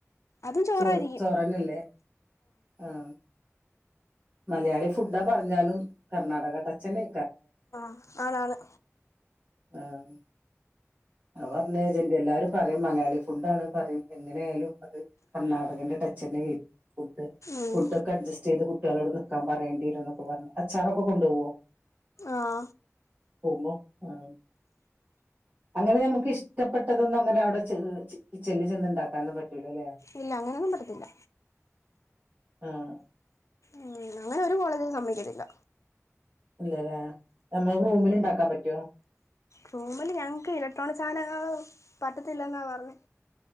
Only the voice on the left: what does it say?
അതും ചോറായിരിക്കും
ആഹ് ആനാന്
ഉം
ആഹ്‌
ഇല്ല അങ്ങനൊന്നും പറ്റത്തില്ല
ഉം അങ്ങനെ ഒരു കോളേജലും സമ്മിക്കത്തില്ല
റൂമിലെ ഞങ്ങക്ക് ഇലക്ട്രോണിക് സാധനങ്ങൾ പറ്റത്തില്ലെന്നാ പറഞ്ഞെ